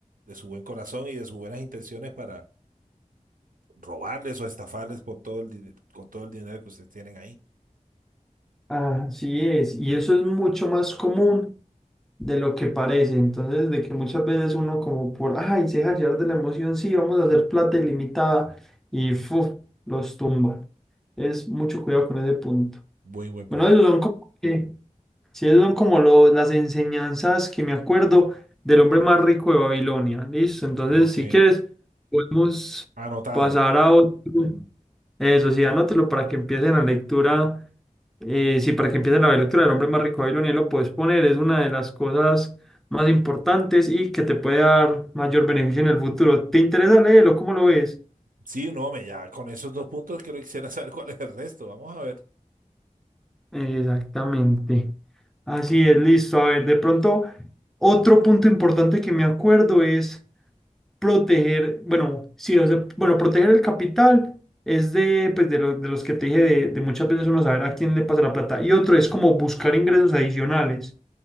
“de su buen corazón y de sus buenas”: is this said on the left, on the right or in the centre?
Right